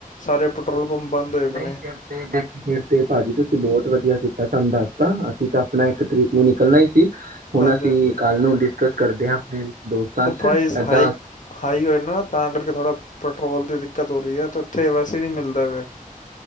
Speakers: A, on the left (about 60°); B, on the right (about 75°).
A: ਸਾਰੇ ਪੈਟਰੋਲ ਪੰਪ ਬੰਦ ਹੋਏ
B: ਨਹੀਂ
A: ਪਏ ਨੇ
B: ਫਿਰ ਦੇਖ ਫਿਰ ਤੇ ਭਾਜੀ ਤੁਸੀਂ ਬਹੁਤ ਵਧੀਆ ਸਾਨੂੰ ਦੱਸਤਾ ਅਸੀਂ ਤਾਂ ਆਪਣਾ ਇੱਕ ਤਰੀਕ ਨੂੰ ਨਿਕਲਣਾ ਹੀ ਸੀ। ਹੁਣ
A: ਹਾਂਜੀ
B: ਅਸੀਂ
A: ਹਾਂਜੀ
B: ਕਲ ਨੂੰ ਕਰਦੇ ਆ ਆਪਣੇ। ਦੋਸਤਾਂ
A: ਉਹ
B: 'ਚ
A: ਪ੍ਰਾਈਜ਼
B: ਏਦਾਂ
A: ਹਾਈ ਹਾਈ ਹੋਏ ਨਾ ਨਾ ਤਾਂ ਕਰਕੇ ਥੋੜ੍ਹਾ ਪੈਟਰੋਲ ਦੀ ਦਿੱਕਤ ਹੋ ਰਹੀ ਹੈ ਤੇ ਉੱਥੇ ਵੈਸੇ ਨਹੀਂ ਮਿਲਦਾ ਪਿਆ।